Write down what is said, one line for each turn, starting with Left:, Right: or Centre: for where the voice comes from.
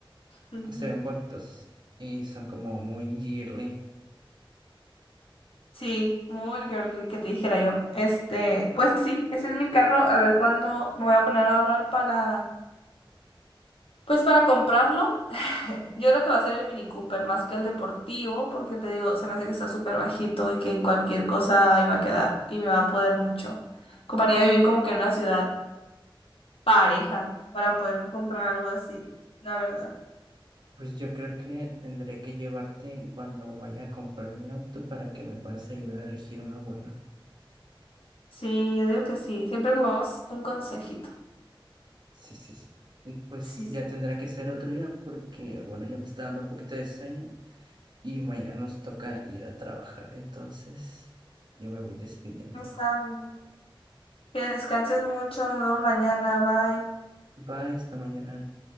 Left: Ujú.
Right: se ven bonitos y son como muy girly.
Left: Sí, muy girly que te dijera yo. Este, pues sí, ese es mi carro. A ver cuándo me voy a poner a ahorrar para Pues para comprarlo, <laughs> yo creo que va a ser el Mini Cooper más que el deportivo, porque te digo, se me hace que está súper bajito y que en cualquier cosa ahí va a quedar y me va a poder mucho. Ocuparía vivir como que en una ciudad pareja para poderme comprar algo así, la verdad.
Right: Pues yo creo que tendré que llevarte cuando vaya a comprar mi auto para que me puedas ayudar a elegir uno bueno.
Left: Sí, yo digo que sí. Siempre ocupamos un consejito.
Right: Sí, sí, sí. Y Pues
Left: Sí,
Right: ya
Left: sí.
Right: tendrá que ser otro día porque, bueno, ya me está dando un poquito de sueño y mañana nos toca ir a trabajar. Entonces, yo me voy despidiendo.
Left: Está bien. Que descanses mucho. Nos vemos mañana. Bye.
Right: Bye, esta mañana.